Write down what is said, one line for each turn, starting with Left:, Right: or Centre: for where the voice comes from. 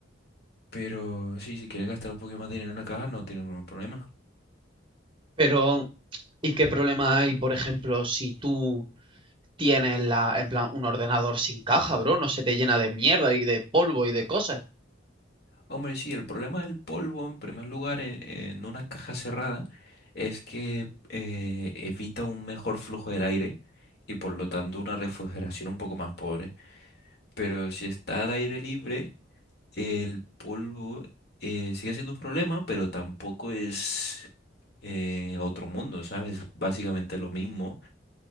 Left: Pero sí, si quieres gastar un poquito más de dinero en la caja, no tiene ningún problema.
Right: Pero, ¿y qué problema hay, por ejemplo, si tú tienes la, en plan, un ordenador sin caja, bro? No se te llena de mierda y de polvo y de cosas.
Left: Hombre, sí, el problema del polvo, en primer lugar, en, en una caja cerrada, es que eh, evita un mejor flujo del aire y por lo tanto una refrigeración un poco más pobre. Pero si está al aire libre, el polvo eh, sigue siendo un problema, pero tampoco es eh, otro mundo, ¿sabes? Básicamente lo mismo,